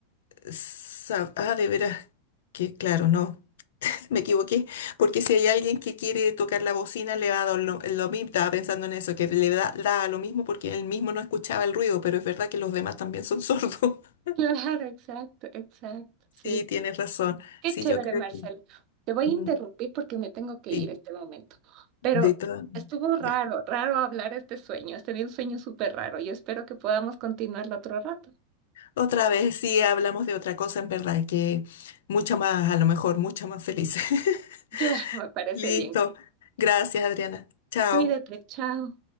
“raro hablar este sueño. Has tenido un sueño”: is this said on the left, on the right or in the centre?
Right